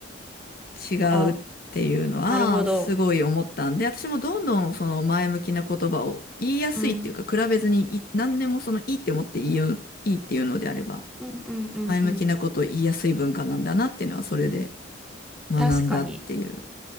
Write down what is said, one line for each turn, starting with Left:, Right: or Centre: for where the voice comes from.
Left: 違うっていうのはすごい思ったんで、
Centre: <laughs> あ、なるほど。
Left: 私もどんどんその前向きな言葉を言いやすいっていうか、
Centre: うん。
Left: 比べずにい何でもそのいいって思って言う、いいっていうのであれば、
Centre: うんうんうんうん。
Left: 前向きなことを言いやすい文化なんだなっていうのはそれで学んだっていう、
Centre: 確かに。